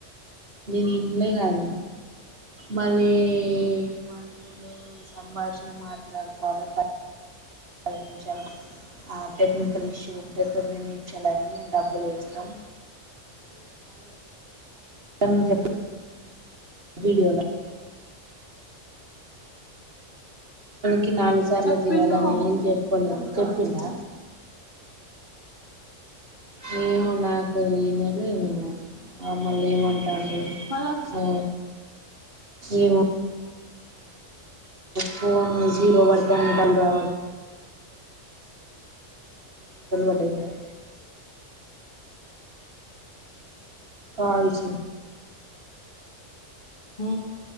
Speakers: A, on the right; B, on the left.
A: నేను ఇంలే కాదే మళ్ళీ ఏమంటుండు సంభాషణ మాట్లాడుకోవాలి పది నిమిషాలు ఆ టెక్నికల్ ఇష్యూ ఉంటే తొమ్మిది నిమిషాలయినా మేము డబ్బులు వేస్తాం అని చెప్పి వీడియోల కి నాలుగు సార్లు
B: చెప్పిండు
A: చేయాలని ఏం చెప్పలే చెప్పిండా నేను నాకు ఈ నెల వినను ఆ మళ్ళీ ఏమంట ఏమంటాండు
B: మళ్ళా
A: ఓ ఏవో ఫోను కాల్స్ జీరో పడితే డబ్బులు రావు అంటాండు మరి కాల్స్
B: హ